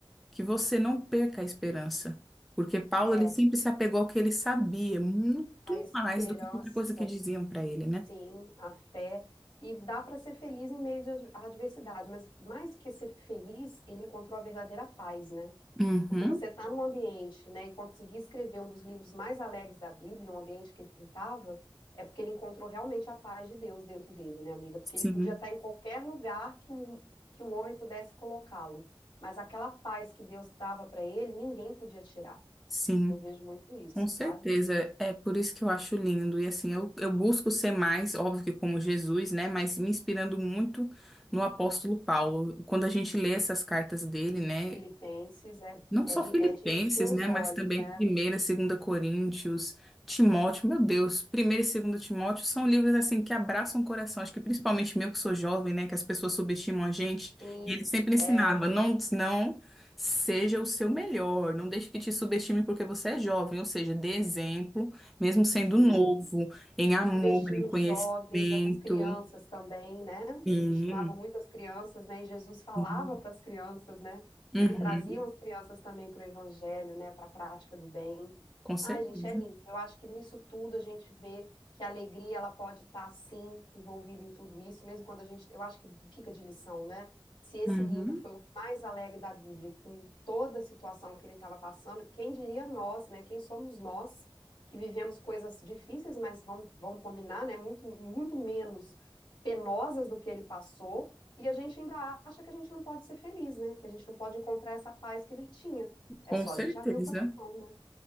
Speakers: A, in the centre; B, on the left (about 55°).
A: que você não perca a esperança. Porque Paulo,
B: É,
A: ele sempre se apegou ao que ele sabia, muito
B: A esperança.
A: mais do que qualquer coisa que diziam pra ele, né?
B: Sim, a fé. E dá para ser feliz em meio de ad- à adversidade, mas mais que ser feliz, ele encontrou a verdadeira paz, né?
A: Uhum,
B: Porque você está num ambiente, né, e conseguir escrever um dos livros mais alegres da Bíblia, um ambiente que ele estava, é porque ele encontrou realmente a paz de Deus dentro dele, né, amiga? Porque
A: sim,
B: ele podia estar em qualquer lugar que o, que o homem pudesse colocá-lo, mas aquela paz que Deus dava para ele, ninguém podia tirar.
A: sim,
B: Eu vejo muito isso,
A: com certeza.
B: sabe?
A: É por isso que eu acho lindo. E assim, eu, eu busco ser mais, óbvio que como Jesus, né? Mas me inspirando muito no apóstolo Paulo. Quando a gente lê essas cartas dele, né?
B: Filipenses é,
A: Não
B: é
A: só
B: de,
A: Filipenses,
B: é de encher os
A: né?
B: olhos,
A: Mas também
B: né?
A: Primeira Segunda Coríntios, Timóteo, meu Deus, Primeira e Segunda Timóteo são livros assim que abraçam o coração. Acho que principalmente meu que sou jovem, né? Que as pessoas subestimam a gente.
B: Sim,
A: E ele sempre
B: é,
A: ensinava, não, não seja o seu melhor, não deixe que te subestime porque você é jovem, ou seja, dê exemplo, mesmo sendo
B: sim.
A: novo, em amor,
B: Subestima
A: em conhecimento.
B: os jovens, as crianças também, né?
A: Sim.
B: Subestimavam muito as crianças, né? E Jesus falava
A: sim.
B: para as crianças, né?
A: Uhum.
B: Ele trazia as crianças também para o evangelho, né? Para a prática do bem.
A: Com certeza.
B: Ai, gente, é lindo. Eu acho que nisso tudo a gente vê que a alegria ela pode estar sim envolvida em tudo isso, mesmo quando a gente, eu acho que fica de lição, né? Se esse
A: Uhum.
B: livro foi o mais alegre da Bíblia, com toda a situação que ele estava passando, quem diria nós, né? Quem somos nós? que vivemos coisas difíceis, mas vamos, vamos combinar, né? Muito, muito menos penosas do que ele passou. E a gente ainda acha que a gente não pode ser feliz, né? Que a gente não pode encontrar essa paz que ele tinha. É
A: Com
B: só
A: certeza.
B: a gente abrir o coração, né?